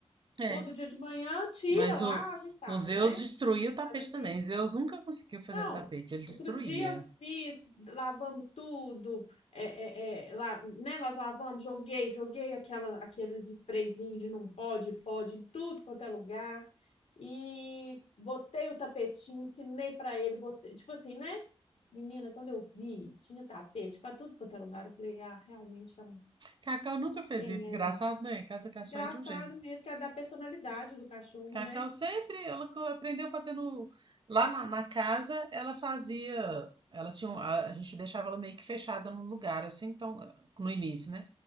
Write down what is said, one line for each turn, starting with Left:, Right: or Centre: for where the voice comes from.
Right: É,
Left: todo dia de manhã, tira,
Right: mas
Left: lava
Right: o,
Left: e tal,
Right: o Zeus
Left: né?
Right: destruía o tapete
Left: Mas o dente
Right: também. Zeus nunca conseguiu fazer
Left: Não,
Right: no tapete, ele destruía.
Left: outro dia eu fiz, lavamos tudo, é, é, é, lá, né, nós lavamos, joguei, joguei aquela, aqueles sprayzinhos de não pode, pode, em tudo quanto é lugar, e botei o tapetinho, ensinei para ele, botei, tipo assim, né? Menina, quando eu vi, tinha tapete para tudo quanto é lugar, eu falei, ah, realmente é um,
Right: Cacau nunca fez
Left: quem
Right: isso.
Left: merece.
Right: Engraçado, né? Cada cachorro
Left: Engraçado
Right: é de um jeito.
Left: mesmo, que é da personalidade do cachorro,
Right: Cacau
Left: né?
Right: sempre, ela co- aprendeu fazendo. Lá na, na casa, ela fazia. Ela tinha. um- A, a gente deixava ela meio que fechada num lugar, assim, então, no início, né?